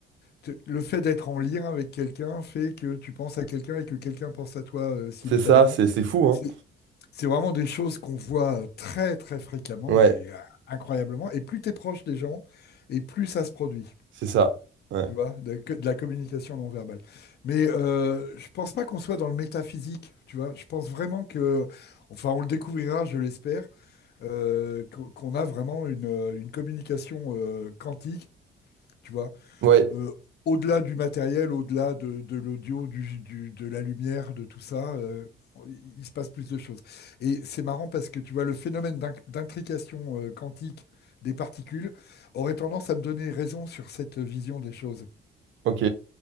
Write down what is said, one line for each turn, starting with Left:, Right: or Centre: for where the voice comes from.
Left: te- le fait d'être en lien avec quelqu'un fait que tu penses à quelqu'un et que quelqu'un pense à toi euh, simultanément.
Right: C'est ça, c'est c'est fou, hein?
Left: C'est c'est vraiment des choses qu'on voit très très fréquemment,
Right: Ouais,
Left: mais euh, incroyablement. Et plus tu es proche des gens, et plus ça se produit,
Right: c'est ça. Ouais,
Left: tu vois, de, que- de la communication non verbale. Mais euh, je pense pas qu'on soit dans le métaphysique, tu vois. Je pense vraiment que, enfin, on le découvrira, je l'espère, euh, qu'on qu'on a vraiment une, euh, une communication euh, quantique. tu vois
Right: ouais,
Left: euh, au-delà du matériel, au-delà de, de l'audio, du, du- de la lumière, de tout ça, euh, il se passe plus de choses. Et c'est marrant parce que tu vois, le phénomène d'in- d'intrication euh, quantique des particules aurait tendance à me donner raison sur cette vision des choses.
Right: ok,